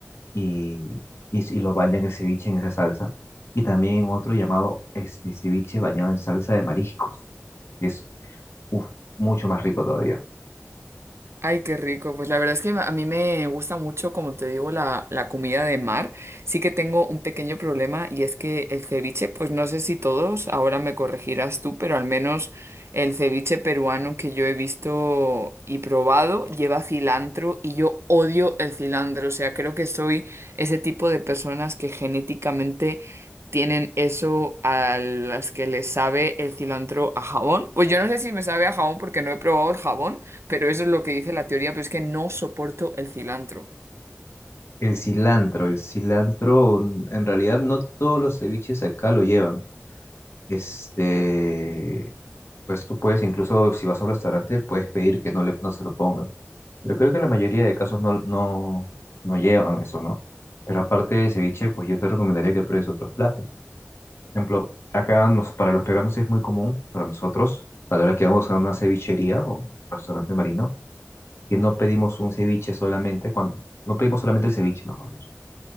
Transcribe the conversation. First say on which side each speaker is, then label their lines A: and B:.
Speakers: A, on the left; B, on the right.
A: y, y, y lo bañan el ceviche en esa salsa. Y también otro llamado este ceviche bañado en salsa de mariscos, que es uf, mucho más rico todavía.
B: Ay, qué rico. Pues la verdad es que a mí me gusta mucho, como te digo, la, la comida de mar. Sí que tengo un pequeño problema y es que el ceviche, pues no sé si todos, ahora me corregirás tú, pero al menos el ceviche peruano que yo he visto y probado lleva cilantro y yo odio el cilantro. O sea, creo que soy ese tipo de personas que genéticamente tienen eso a las que les sabe el cilantro a jabón. Pues yo no sé si me sabe a jabón porque no he probado el jabón. Pero eso es lo que dice la teoría, pero es que no soporto el cilantro
A: El cilantro, el cilantro, mm, en realidad no todos los ceviches acá lo llevan. Este, Pues tú puedes, incluso si vas a un restaurante, puedes pedir que no, le, no se lo pongan. Pero creo que en la mayoría de casos no, no, no llevan eso, ¿no? Pero aparte de ceviche, pues yo te recomendaría que pruebes otros platos. Por ejemplo, acá nos, para los peruanos es muy común, para nosotros, a la hora que vamos a una cevichería o un restaurante marino, que no pedimos un ceviche solamente, cuando, no pedimos solamente el ceviche, mejor dicho.